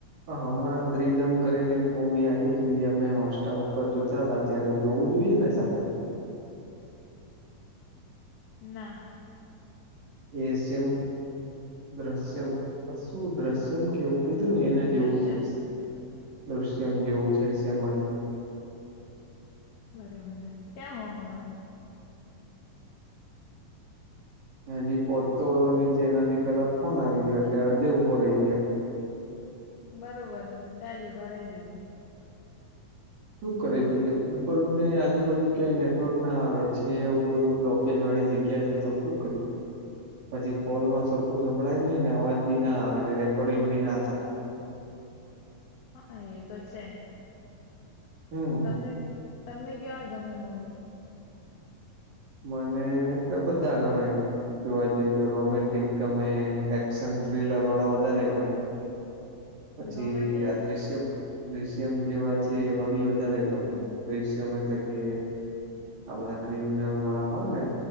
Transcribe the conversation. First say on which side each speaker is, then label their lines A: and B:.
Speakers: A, on the right; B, on the left.
A: હમણાં ત્રિધમ કરીને એક મવી આવ્યું હતું અમે હોટસ્ટાર ઉપર જોતા ત અ્યારે જોવું જોઈએ ને સાથે
B: ના.
A: એ સજ દ્રશ્યમ શું દ્રશ્યમ કેવું? કીધું ને એના જેવું
B: દૃશ્યમ
A: છે દૃશ્યમ જેવું છે સમ જ
B: બરોબર ક્યાં હો હમણાં
A: હજી પોહોચતો હતો નીચે એનાથી પેલા ફોન આવી ગયો એટલે અડધે ઉઊભો રહી ગયો
B: બરોબર ત્યાંજ ઉભા રહી જેજો
A: શું કરે બીજો ઉપર ને આજુબાજુ ક્યાંય નેટવર્ક ના આવે છે એવું બધું બ્લોક વાળી જગ્યા છે તો શું કરીએ પછી કોલ માં સરખું સંભળાય નઈ ને અવાજ બી ના આવે ને રેકોર્ડિંગ બી ના થાય
B: હા એ તો છે.
A: હમ.
B: તમને તમને કેવા ગમે મૂવી?
A: મને તો બધા ગમે. જોવા જઈએ તો રોમેન્ટિક ગમે એક્શન થ્રીલર વાળા વધારે ગમે. પછી
B: રોમેન્ટિક
A: આ દ્રશ્યમ દ્રશ્યમ જેવા છે એવા બી વધારે ગમે. શમ એટલે કે આ બધા ક્રિમિનલ વાળા હોય ને.